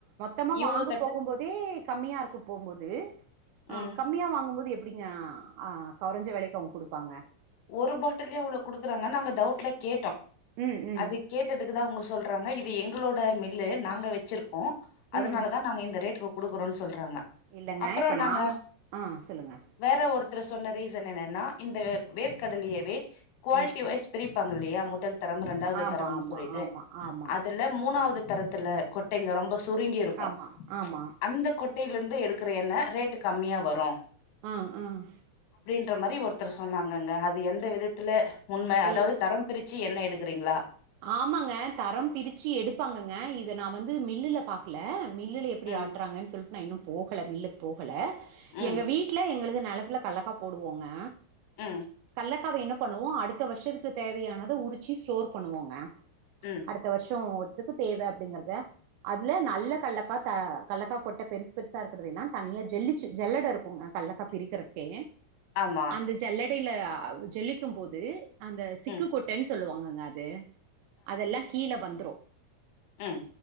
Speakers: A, on the right; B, on the left.
A: மா
B: இவங்க
A: வாங்க
B: கிட்ட
A: போகும்போதே கே கம்மியா இருக்கு போம்போது ஆ
B: ம்
A: கம்மியா வாங்கும்போது எப் டிங்க ஆ குறைஞ்ச வேலைக்கு அவங்க குடுப்பாங்க
B: ஒரு பாட்டில்லயே அவ்ளோ குடுக்குறாங்கன்னு நாங்க டவுட்ல கேட்டோ
A: ம் ம்
B: அது கேட்டதுக்குதா அவுங்க சொல்றாங்க இப் இது எங்களோட மில்லு நாங்க வச்சிருக் போ அதனாலதா
A: ம்
B: நாங்க இந்த ரேட்டுக்கு குடுக்குறோன் சொல் றாங்க
A: இல்லங்க
B: அப்பறம்
A: இப்ப நாங்
B: நாங்க
A: ஆ சொல்லுங்க
B: வேற ஒருத் ட்ரு சொன்ன ரீசன் என்னன்னா இந்த வேர்க்கடலையவே குவாலிட்டி
A: ம்
B: வைஸ் பிரி பாங்கள இல்லையா முதல் தரம் இண்டாவது
A: ஆமா
B: தரம்னு
A: ஆமா
B: சொல்லிட்டு
A: ஆமா ஆமா
B: அதுல மூணாவது தரத்துல கொட்டைங்க ரொம்ப சுருங்கி இருக்கும்
A: ஆமா ஆமா
B: அந்த கொட் டையில இருந்து எடுக்கிற என்ண்ண ரேட் கம்மியா வரும்
A: ஆஹ் ஆஹ்
B: ன்ற மாரி ஒருத்தர் சொன்னா ங்க அது எந்த விதத்துல உண்மை அதாவது
A: ஐ
B: தரம் பிரிச் சு என்ன எடுக்குறீங்களா
A: ஆமாங்க தரம் பிரிச்சு எடுப்பாங்கங்க இத நான் வந்து மில்லுல பாக்கல மில்லுல எப்டி
B: ம்
A: ஆட்டுறான்னு சொல்லிட்டு நா இன்னு போகல மில்லு போ ல
B: ம்
A: எங்க வீட்ல எங்களது நிலத்துல கள்ளக்கா போடுவோங்க
B: உஹம்
A: களக்காவை என்ன பண்ணுவோம் அடுத்த வருஷத்துக்கு தேவையானது உறிச்சி ஸ்டோர் பண்ணுவோங்க
B: ம்
A: அடுத்த வருஷம் துக்கு தேவை அப்படிங்கறத அதுல நல்ல கள்ளக்காய் கள்ளக்காய் கொட்டை பெருசு பெருசா இருக்கறத எல்லாம் தனியா ஜெல்லிச்சு ஜல்லடை இருக்குங்க கள்ளக்காய் பிரிக்கிறக்கே
B: ஆமா
A: அந்த ஜல்லடையில அ ஜல்லிக்கும் போது அந்த சிக்கு
B: ம்
A: கொட்டன் சொல்லுவாங்க அது அதெல்லாம் கீழே வந்து ரும்
B: உம்